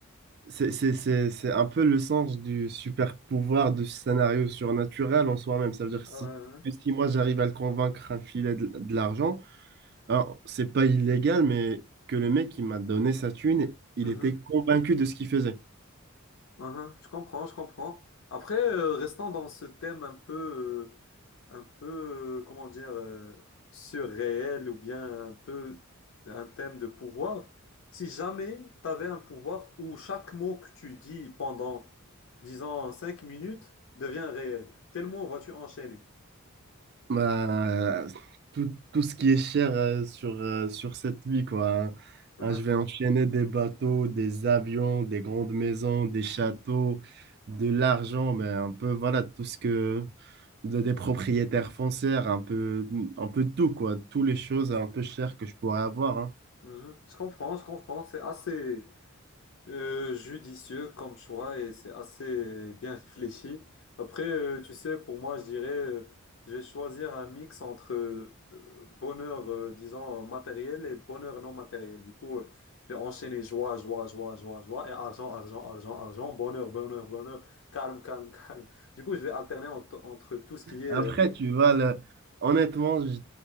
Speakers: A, on the right; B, on the left.
A: c'est, c'est, c'est, c'est un peu le sens du super pouvoir du scénario surnaturel en soi-même. Ça veut dire que
B: Ah
A: si,
B: ouais, ouais.
A: que si moi j'arrive à le convaincre un filet de, de l'argent, Alors, c'est pas illégal, mais que le mec qui m'a donné sa thune, il
B: Mhm,
A: était convaincu de ce qu'il faisait.
B: mhm. Je comprends, je comprends. Après, euh, restons dans ce thème un peu... euh, un peu, euh, comment dire, euh, surréel ou bien un peu un thème de pouvoir. Si jamais tu avais un pouvoir où chaque mot que tu dis pendant, disons, 5 minutes devient réel, quel mot vas-tu enchaîner?
A: Bah, tout, tout ce qui est cher euh, sur, euh, sur cette vie, quoi. Hein,
B: <laughs>
A: Hein, je vais enchaîner des bateaux, des avions, des grandes maisons, des châteaux, de l'argent, mais un peu, voilà, tout ce que... de- des propriétaires foncières, un peu, un peu tout, quoi. Toutes les choses un peu chères que je pourrais avoir. hein.
B: Mhm, mhm. Je comprends, je comprends, c'est assez, Euh, judicieux comme choix et c'est assez bien réfléchi. Après, euh, tu sais, pour moi, je dirais, euh, je vais choisir un mix entre euh, bonheur, euh, disons, euh, matériel et bonheur non matériel. Du coup, euh, je vais enchaîner joie, joie, joie, joie, joie et argent, argent, argent, argent, bonheur, bonheur, bonheur, calme, calme, <laughs> calme. Du coup, je vais alterner ent- entre tout ce qui est...
A: Après,
B: euh,
A: tu vois, le- honnêtement, je-